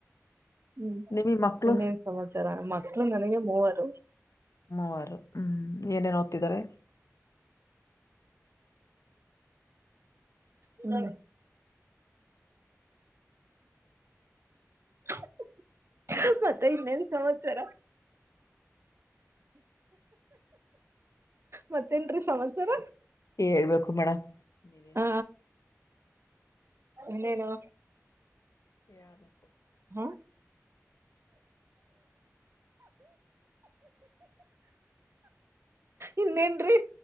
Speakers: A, on the right; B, on the left.
A: ಹ್ಮ್
B: ನಿಮಗ್ ಮಕ್ಕಳು
A: ಇನ್ನೇನ್ ಸಮಾಚಾರ ಮಕ್ಳು ನನಗೆ ಮೂವರು
B: ಮೂವರು ಹ್ಮ್ ಏನೇನ್ ಓದ್ತಿದ್ದಾರೆ
A: ಹ್ಮ ಹ <inaudible> <inaudible> ಮತ್ತೆ ಇನ್ನೇನ್ ಸಮಾಚಾರ ಮತ್ತೇನ್ ರಿ ಸಮಾಚಾರ
B: ಹೇಳ್ಬೇಕು ಮೇಡಮ್ ನೀವೆ
A: ಹ ಇನ್ನೇನು
B: ಹೇಳ್ಬೇಕು
A: <inaudible> ಇನ್ನೆನ್ರಿ